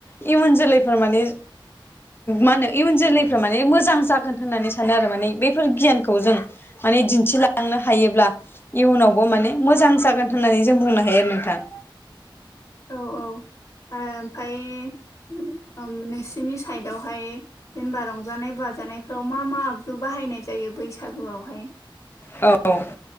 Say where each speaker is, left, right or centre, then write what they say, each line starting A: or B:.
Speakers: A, on the left; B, on the left.
A: इयुन जोलैफोर माने मा होनो इयुन जोलैफ्रा माने मोजां जागोन होननानै सानो आरो माने बेफोर गियानखौ खौ जों माने दिन्थिलांनो हायोब्ला इयुनावबो माने मोजां जागोन होननानै जों बुंनो हायो आरो नोंथां
B: औ-औ आ ओमफाय नोंसोरनि ओम साइदावहाय जेनेबा रंजानाय बाजानायफ्राव मा मा आगजु बाहायनाय जायो बैसागुआवहाय
A: औ